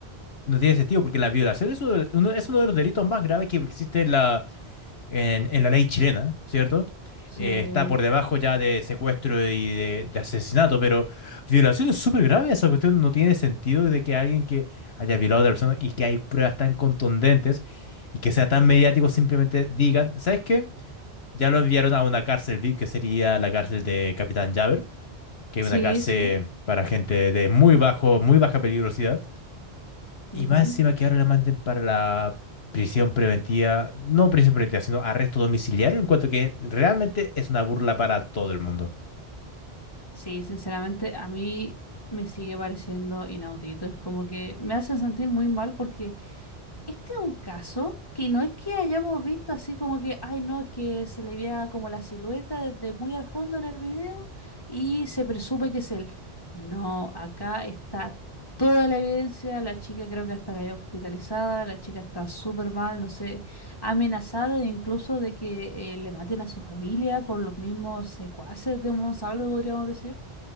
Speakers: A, on the left (about 70°); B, on the left (about 20°).
A: no tiene sentido, porque la violación es uno de, uno- es uno de los delitos más graves que existe en, en la ley chilena, ¿cierto?
B: Sí.
A: Eh, está por debajo ya de secuestro y de, de asesinato, pero violación es súper grave. Esa cuestión no tiene sentido de que alguien que haya violado a otra persona y que hay pruebas tan contundentes y que sea tan mediático simplemente digan, ¿sabes qué? Ya lo enviaron a una cárcel VIP que sería la cárcel de Capitán Javer, que
B: Sí,
A: es una cárcel
B: sí.
A: para gente de muy bajo, muy baja peligrosidad.
B: Ujú.
A: Y más encima que ahora la manden para la prisión preventiva, no prisión preventiva, sino arresto domiciliario, en cuanto que realmente es una burla para todo el mundo.
B: Sí, sinceramente, a mí me sigue pareciendo inaudito. Es como que me hace sentir muy mal porque Este es un caso que no es que hayamos visto así como que, ay no, es que se le veía como la silueta desde muy al fondo en el video y se presume que es él. No, acá está toda la evidencia, la chica creo que hasta cayó hospitalizada, la chica está súper mal, no sé, amenazada e incluso de que eh, le maten a su familia por los mismos secuaces de un Monsalve, podríamos decir.